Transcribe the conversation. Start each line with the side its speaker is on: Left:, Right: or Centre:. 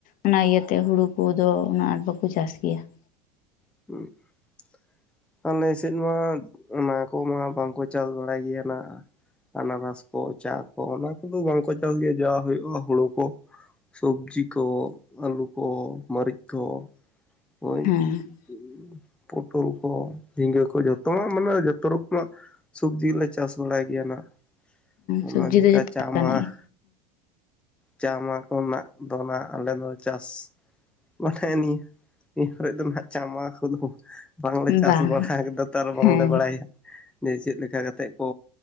Left: ᱚᱱᱟ ᱤᱭᱟᱹᱛᱮ ᱦᱩᱲᱩ ᱠᱩᱫᱚ ᱩᱱᱟᱹᱜ ᱟᱸᱴ ᱵᱟᱠᱚ ᱪᱟᱥ ᱜᱮᱭᱟ ᱾
Centre: <inaudible> ᱟᱞᱮ ᱥᱮᱫ ᱢᱟ ᱚᱱᱟ ᱠᱚᱢᱟ ᱵᱟᱝᱠᱚ ᱪᱟᱥ ᱵᱟᱲᱟᱭ ᱜᱮᱭᱟ ᱱᱟᱜ ᱾ ᱟᱱᱟᱨᱚᱥ ᱠᱚ ᱪᱟ ᱠᱚ ᱚᱱᱟ ᱠᱚᱫᱚ ᱵᱟᱝᱠᱚ ᱪᱟᱥ ᱜᱮᱭᱟ ᱡᱟ ᱦᱩᱭᱩᱜ-ᱟ ᱦᱩᱲᱩ ᱠᱚ ᱾ ᱥᱚᱵᱽᱡᱤ ᱠᱚ ᱟᱹᱞᱩ ᱠᱚ ᱢᱟᱹᱨᱤᱪ ᱠᱚ ᱾ <inaudible>
Left: ᱦᱮᱸ
Centre: <inaudible> ᱯᱚᱴᱚᱞ ᱠᱚ ᱡᱷᱤᱸᱜᱟᱹ ᱠᱚ ᱡᱚᱛᱚᱣᱟᱜ ᱢᱟᱱᱮ ᱡᱚᱛᱚ ᱨᱚᱠᱚᱢᱟᱜ ᱥᱚᱵᱽᱡᱤ ᱞᱮ ᱪᱟᱥ ᱵᱟᱲᱟᱭ ᱜᱮᱭᱟ ᱱᱟᱜ ᱾ <inaudible>
Left: ᱥᱚᱵᱽᱡᱤ
Centre: ᱚᱱᱮ ᱚᱱᱠᱟ
Left: ᱫᱚ ᱡᱚᱛᱚ
Centre: ᱪᱟ
Left: ᱞᱮᱠᱟᱱᱟᱜ
Centre: ᱢᱟ <inaudible>
Left: ᱜᱮ
Centre: ᱪᱟ ᱢᱟ ᱠᱚᱨᱮᱱᱟᱜ ᱫᱚ ᱱᱟᱜ ᱟᱞᱮ ᱫᱚ ᱪᱟᱥ ᱢᱟᱱᱮ ᱱᱤᱭᱟᱹ ᱱᱤᱭᱟᱹ ᱠᱚᱨᱮ ᱫᱚ ᱱᱟᱦᱟᱜ ᱪᱟ ᱢᱟ ᱠᱚᱫᱚ ᱵᱟᱝᱞᱮ ᱪᱟᱥ
Left: ᱵᱟᱝ
Centre: ᱵᱟᱲᱟ ᱟᱠᱟᱫᱟ ᱛᱚ ᱟᱨ ᱵᱟᱝᱞᱮ
Left: ᱦᱮᱸ
Centre: ᱵᱟᱲᱟᱭᱟ ᱾ ᱡᱮ ᱪᱮᱫ ᱞᱮᱠᱟ ᱠᱟᱛᱮᱜ ᱠᱚ